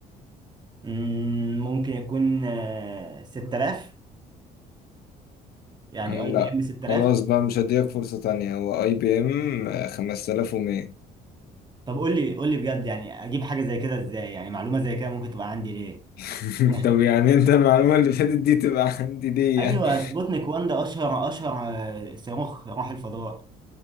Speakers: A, on the right (about 25°); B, on the left (about 65°).
A: مم، ممكن يكون آه، 6000 يعني
B: لا
A: اي بي ام 6000
B: خلاص بقى مش هديك فرصة تانية هو اي بي ام 5100
A: طب قول لي قول لي بجد يعني اجيب حاجة زي كده ازاي يعني معلومة زي كده ممكن تبقى عندي ليه
B: <laughs>
A: <laughs>
B: طب يعني انت المعلومة اللي فاتت دي تبقى عندي ليه
A: ايوه
B: يعني
A: سبوتنيك 1 ده اشهر اشهر آه، صاروخ راح الفضاء